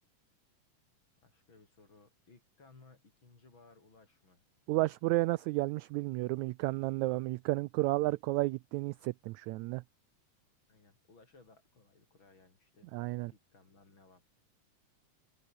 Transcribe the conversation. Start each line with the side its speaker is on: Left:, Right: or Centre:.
Left: Başka bir soru. İlkan mı ikinci Bahar Ulaş mı?
Right: Ulaş buraya nasıl gelmiş bilmiyorum. İlkan'dan devam. İlkan'ın kurallar kolay gittiğini hissettim şu anda.
Left: Aynen. Ulaş'a da kolay bir kura gelmişti.
Right: Aynen.
Left: İlkan'dan devam.